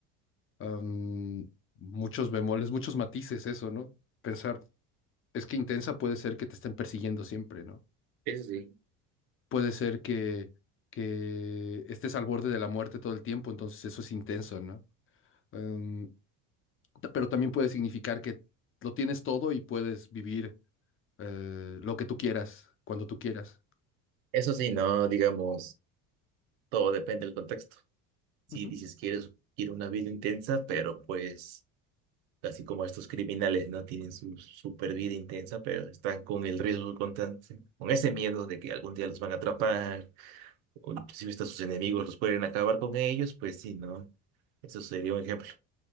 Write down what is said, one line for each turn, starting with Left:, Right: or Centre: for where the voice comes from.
Left: am, muchos bemoles, muchos matices eso, ¿no? Pensar, es que intensa puede ser que te estén persiguiendo siempre, ¿no?
Right: Eso sí.
Left: Puede ser que, que estés al borde de la muerte todo el tiempo, entonces eso es intenso, ¿no? Am, ta- pero también puede significar que lo tienes todo y puedes vivir eh, lo que tú quieras, cuando tú quieras.
Right: Eso sí, no, digamos, todo depende del contexto. Si
Left: Ujú.
Right: dices, quieres, quiero una vida intensa, pero pues... así como estos criminales no tienen su super vida intensa, pero están con el riesgo constante, con ese miedo de que algún día los van a atrapar, o inclusive hasta sus enemigos los pueden acabar con ellos, pues sí, ¿no? Eso sería un ejemplo.